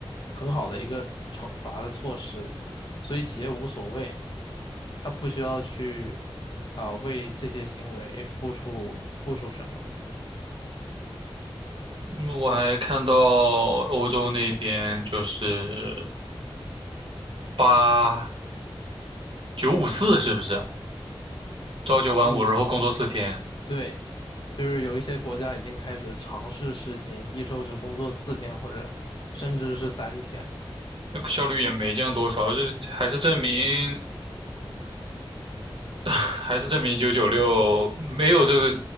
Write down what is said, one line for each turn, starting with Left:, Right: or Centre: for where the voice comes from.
Left: 很好的一个惩罚的措施，所以企业无所谓，他不需要去啊，为这些行为付出付出什么。
Right: 嗯我还看到欧洲那边就是八。九五四是不是？朝九晚五，
Left: 嗯。
Right: 然后工作四天，
Left: 对，就是有一些国家已经开始尝试实行一周只工作四天，或者甚至是三天。
Right: 那个效率也没降多少，就是还是证明还是证明九九六没有这个